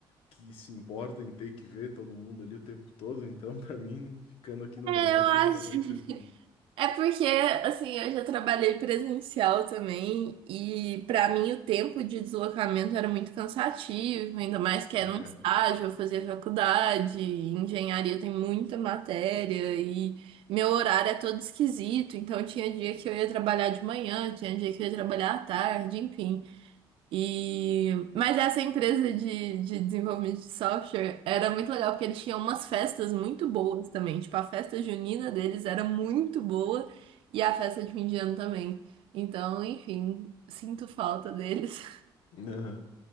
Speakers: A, on the left; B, on the right.
A: que se importa em ter que ver todo mundo ali o tempo todo, então <laughs> pra mim, ficando aqui no
B: É,
A: remoto
B: eu acho.
A: já tá bem tranquilo.
B: É porque, assim, eu já trabalhei presencial também e pra mim o tempo de deslocamento era muito cansativo, ainda mais que era
A: É.
B: um estágio,
A: <laughs>
B: eu fazia faculdade, engenharia tem muita matéria e meu horário é todo esquisito, então tinha dia que eu ia trabalhar de manhã, tinha dia que eu ia trabalhar à tarde, enfim. E... Mas essa empresa de, de desenvolvimento de software era muito legal, porque eles tinham umas festas muito boas também. Tipo, a festa junina deles era muito boa e a festa de fim de ano também. Então, enfim, sinto falta deles.
A: Aham.